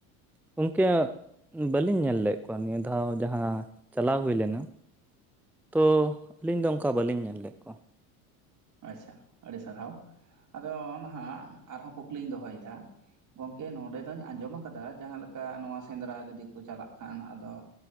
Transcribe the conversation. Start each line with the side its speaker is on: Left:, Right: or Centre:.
Centre: ᱩᱱ ᱠᱮᱭᱟ <unintelligible> ᱵᱟᱹᱞᱤᱧ ᱧᱮᱞ ᱞᱮᱫ ᱠᱚᱣᱟ ᱱᱤᱭᱟᱹ ᱫᱷᱟᱣ ᱡᱟᱦᱟᱸ ᱪᱟᱞᱟᱣ ᱦᱩᱭ ᱞᱮᱱᱟ ᱾ ᱛᱚ ᱟᱹᱞᱤᱧ ᱫᱚ ᱚᱱᱠᱟ ᱵᱟᱹᱞᱤᱧ ᱧᱮᱞ ᱞᱮᱫ ᱠᱚᱣᱟ ᱾
Right: ᱟᱪᱪᱷᱟ ᱟᱹᱰᱤ ᱥᱟᱨᱦᱟᱣ ᱾ ᱟᱫᱚ ᱱᱟᱜ ᱟᱨᱦᱚᱸ ᱠᱩᱠᱞᱤᱧ ᱫᱚᱦᱚᱭᱮᱫᱟ ᱾ ᱜᱚᱢᱠᱮ ᱱᱚᱰᱮ ᱫᱚᱧ ᱟᱸᱡᱚᱢ ᱠᱟᱫᱟ ᱡᱟᱦᱟᱸ ᱞᱮᱠᱟ ᱱᱚᱣᱟ ᱥᱮᱸᱫᱽᱨᱟ ᱡᱩᱫᱤ ᱠᱚ ᱪᱟᱞᱟᱜ ᱠᱷᱟᱱ ᱟᱫᱚ